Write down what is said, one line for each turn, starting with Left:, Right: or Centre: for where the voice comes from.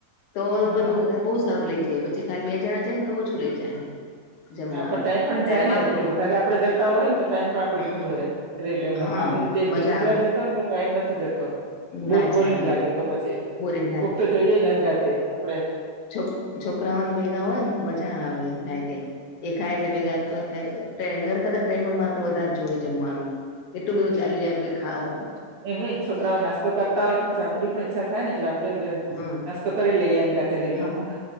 Left: તો.
Right: હા
Left: બધું બહુ સારું લઈ જાય પછી ખાલી બે જણા જાયને તો ઓછું લઈ જાય. જમવાનું
Right: હા પણ ટાઈમ પણ
Left: ત્યારે
Right: જાય ને
Left: માપનું
Right: વધારે આપડે જતા હોય ને તો ટાઈમ પણ આપડે
Left: હમ
Right: જતો રહે. રેલવેમાં
Left: હા
Right: આમને
Left: મજા
Right: એકલા
Left: આવે
Right: જતા હોય ને તો ટાઈમ નથી જતો બ
Left: ના
Right: બોરિંગ
Left: જાય હા
Right: લાગે તો પછી.
Left: બોરિંગ
Right: કોક તો જોઈએ જ હંગાતે આપડે.
Left: છો છોકરાઓને ભેગા હોય ને તો મજા આવે એમ થાય કે એ ખાય એટલે ભેગા
Right: હમ
Left: તો. ઘર કરતા ટ્રેનમાં મારે તો વધારે જોવે જમવાનું. એટલું બધું ચાલી જાય પે ખાવ.
Right: એમેંય છોકરાઓ નાસ્તો કરતા હોય તો પછી આપડી પણ ઈચ્છા થાય ને એટલે આપડે.
Left: હમ
Right: નાસ્તો કરી લઈએ હંગાથે રેલવેમાં.
Left: હા